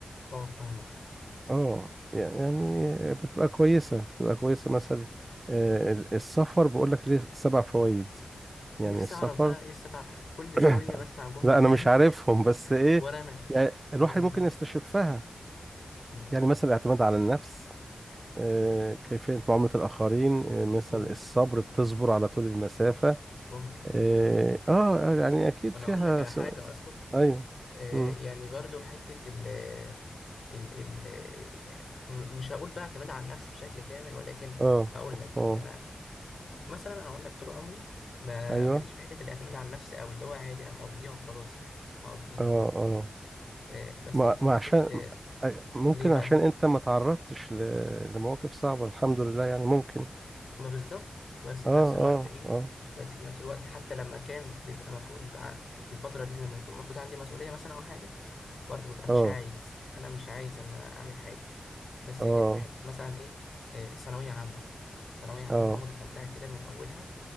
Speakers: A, on the left; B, on the right.
A: اه فاهمك
B: اه يعني بتبقى كويسة بتبقى كويسة مثلا آه، ال- السفر بقولك ليه سبع فوائد يعني
A: نفسي
B: السفر
A: اعرف بقى ايه السبع كل شويه
B: <laughs>
A: بسمع جمله
B: لا انا مش عارفهم بس
A: <laughs>
B: ايه
A: ورا انا
B: يعني الواحد
A: <laughs>
B: ممكن يستشفها
A: أمم.
B: يعني مثلا الاعتماد على النفس آه، كيفية معاملة الآخرين آه، مثل
A: ممكن
B: الصبر بتصبر على طول المسافة
A: ممكن
B: آه آه، آه، يعني أكيد
A: وانا
B: فيها
A: اقول لك على
B: س...
A: حاجه
B: س-
A: اصلا
B: أيوه
A: آه
B: مم.
A: يعني برضو حته ال ال ال م- مش هقول بقى اعتماد على النفس بشكل كامل ولكن
B: آه
A: هقول لك
B: آه
A: انا مثلا انا اقول لك طول عمري ما
B: أيوه
A: ماليش في حته الاعتماد على النفس قوي اللي هو عادي انا مقضيها وخلاص مقضيها
B: آه آه
A: آه، بس
B: ما
A: جيت في
B: ما
A: حته
B: عشان
A: آه،
B: أي- ممكن
A: ليه بقى
B: عشان أنت ما تعرضتش ل... لمواقف صعبة الحمد لله يعني ممكن
A: ما بالظبط بس في
B: آه
A: نفس الوقت
B: آه
A: ايه
B: آه
A: بس في نفس الوقت حتى لما كان بيبقى المفروض يبقى في الفتره دي لما يكون المفروض عندي مسؤوليه مثلا او حاجه برضو ببقى مش
B: آه
A: عايز انا مش عايز ان انا اعمل حاجه بس
B: آه
A: جيت في حته مثلا ايه آه، ثانويه عامه ثانويه عامه
B: آه
A: اول ما دخلتها كده من اولها